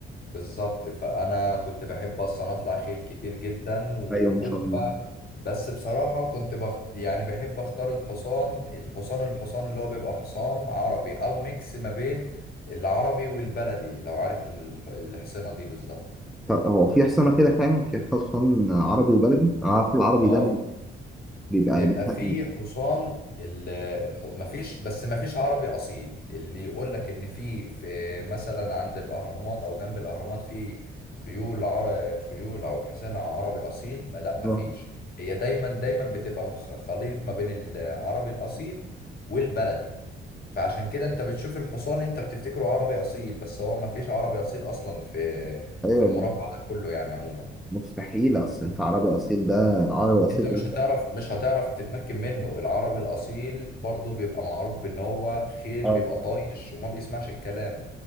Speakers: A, on the left; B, in the centre.
A: بالظبط فانا كنت بحب اصلا اطلع خيل كتير جدا وكنت
B: ايوه ان شاء الله
A: بقى بس بصراحة كنت بخت... يعني بحب اختار الحصان الحصان الحصان اللي هو بيبقى حصان عربي او ميكس ما بين العربي والبلدي لو عارف الح... الحصانة دي بالظبط
B: طب هو في حصانه كده فعلا في حصان عربي وبلدي انا عارف العربي
A: اه
B: ده بيبقى
A: بيبقى
B: مثلا
A: فيه حصان ال- الح... مفيش بس مفيش عربي أصيل اللي يقول لك إن في في مثلا عند الأهرامات أو جنب الأهرامات في خيول عر... خيول أو حصان عربي أصيل ما لا مفيش
B: آه،
A: هي دايما دايما بتبقى مخ- خليط ما بين العربي الأصيل والبلدي فعشان كده أنت بتشوف الحصان أنت بتفتكره عربي أصيل بس هو مفيش عربي أصيل أصلا في
B: ايوه
A: في المربع ده كله يعني عموما
B: مستحيل اصل انت عربي اصيل ده العربي الاصيل
A: انت
B: ده
A: مش
B: بيبقى
A: هتعرف مش هتعرف تتمكن منه العربي الاصيل برضه بيبقى معروف بان هو خيل
B: اه
A: بيبقى طايش وما بيسمعش الكلام